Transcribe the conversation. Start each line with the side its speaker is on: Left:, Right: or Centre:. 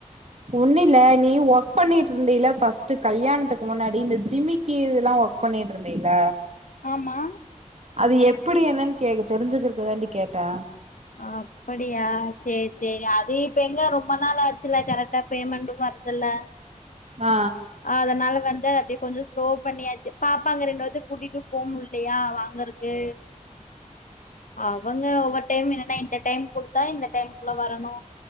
Right: ஒண்ணு இல்ல நீ ஒர்க் பண்ணிட்டு இருந்தல ஃபர்ஸ்ட் கல்யாணத்துக்கு முன்னாடி இந்த ஜிம்மிக்கு இதெல்லா ஒர்க் பண்ணிட்டு இருந்தீல்ல
Left: ஆமா
Right: அது எப்புடி என்னன்னு கேக்க தெரிஞ்சிக்கிறதுக்கு தான்டி கேட்டே
Left: அப்படியா சேரி சேரி அது இப்ப எங்க ரொம்ப நாள் ஆச்சுல கரெக்டா பேமெண்டு வரதில்ல
Right: ஆ
Left: அதனால வந்து அப்டி கொஞ்ச ஸ்லோ பண்ணியாச்சு பாப்பாங்க ரெண்டு பேத்தய கூட்டிட்டு போ முல்லையா வாங்கறக்கு அவங்க ஒவ்வொரு டைம் என்னன்னா இந்த டைம் குடுத்தா இந்த டைமுக்குள்ள வரணு